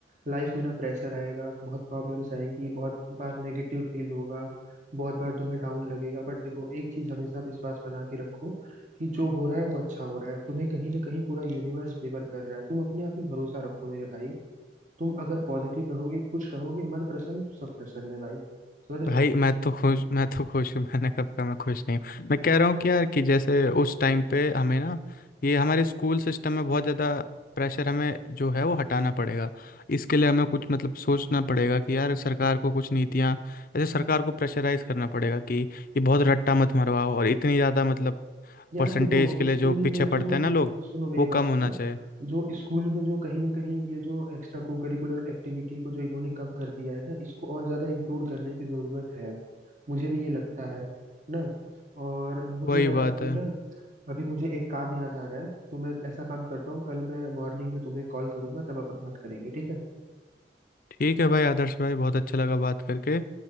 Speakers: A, on the right (about 45°); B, on the left (about 50°).
A: लाइफ में ना प्रेशर आएगा बहुत प्रॉब्लम्स आएंगी बहुत बार नेगेटिव फील होगा बहुत बार तुम्हें डाउन लगेगा बट देखो एक चीज हमेशा विश्वास बना के रखो कि जो हो रहा है वो अच्छा हो रहा है तुम्हें कहीं ना कहीं पूरा यूनिवर्स फेवर कर रहा है तुम अपने आप में भरोसा रखो मेरे भाई तुम अगर पॉजिटिव रहोगे खुश रहोगे मन प्रसन्न तो सब प्रसन्न है भाई समझ
B: भाई
A: रहे हो
B: मैं तो खुश मैं तो खुश हूँ मैंने कब कहा मैं खुश नहीं हूँ मैं कह रहा हूँ कि यार कि जैसे उस टाइम पे हमें ना ये हमारे स्कूल सिस्टम में बहुत ज़्यादा प्रेशर हमें जो है वो हटाना पड़ेगा इसके लिए हमें कुछ मतलब सोचना पड़ेगा कि यार सरकार को कुछ नीतियाँ ऐसे सरकार को प्रेशराइज करना पड़ेगा कि ये बहुत रट्टा मत मरवाओ और इतनी ज़्यादा मतलब
A: यार
B: परसेंटेज
A: देखो
B: के लिए
A: स्कूल
B: जो पीछे
A: में
B: पड़ते
A: जो
B: हैं ना लोग
A: सुनो मेरी
B: वो
A: बात
B: कम
A: सुनो
B: होना चाहिए
A: जो स्कूल में जो कहीं ना कहीं ये जो एक्स्ट्रा को करिकुलर एक्टिविटी को जो इन्होंने कम कर दिया है ना इसको और ज्यादा इंक्लूड करने की जरूरत है मुझे भी ये लगता है ना और मुझे
B: वही
A: यार
B: बात
A: अभी
B: है
A: ना अभी मुझे एक काम याद आ रहा है तो मैं ऐसा काम करता हूँ कल मैं मॉर्निंग में तुम्हें कॉल करूंगा तब अपन बात करेंगे ठीक है
B: ठीक है भाई आदर्श भाई बहुत अच्छा लगा बात करके